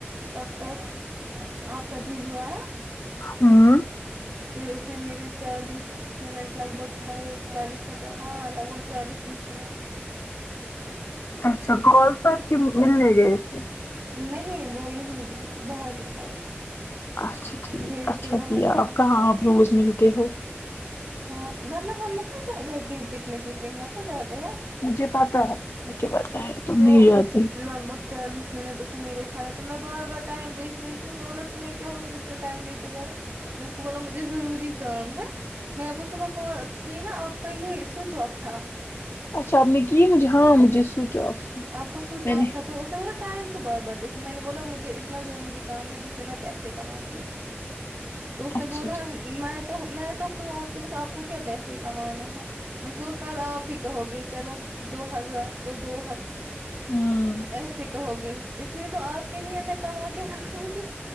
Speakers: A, on the right; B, on the left.
A: تب تک آپ کا جی جو آیا
B: ہوں
A: پھر اس نے میرے چالیس منٹ لگ بھگ ہے کھائے چالیس پچاس ہاں لگ بھگ چالیس تیس منٹ
B: اچھا کال پر کے ملنے گئے تھے
A: نہیں وہ یہی باہر ہی تھا
B: اچھا ٹھیک
A: گیٹ
B: اچھا
A: کے باہر
B: کیا
A: تھا
B: آپ کہاں آپ روز ملتے ہو
A: ہاں ورنہ ہم مت نہ جاتے ہیں کہ پکنک وکنک مت نہ جاتے ہیں
B: مجھے پتا ہے مجھے پتہ ہے تم
A: تو
B: نہیں جاتی ہو
A: لگ بھگ چالیس منٹ اس نے میرے کھیا تو میں بار بار ٹائم دیکھ رہ تھی اس نے بولا تمہیں کیا ہو تم کیوں ٹائم دیکھ رہے ہو بار میں نے اسکو بولا مجھے ضروری کام ہے میں نے آپ کو صبح کال کی نا آپ کا یہ سوئچ آف تھا
B: اچھا اپ نے کی مجے ہاں مجھے سوئچ آف تھا
A: آپ کو سو
B: میں
A: چل
B: نے
A: تھا تو اس نے بلا ٹائم بار بار دیکھنے میں نے بولا مجھے اتناضروری کام ہے جس سے میں پیسے کماتی ہوں تو اس نے
B: اچھا
A: بولا
B: ٹھیک
A: میں تو میں تو ہوں آپ کےپاس آپ کو کیا پیسے کمانے ہیں میں اس کو کل آپ ہی کہو گے چلو دو ہزار دو دو
B: ہوں
A: ایسے کہو گے اس لیے تومیں آپ کے لیے تو کماکے کے رکھوں گی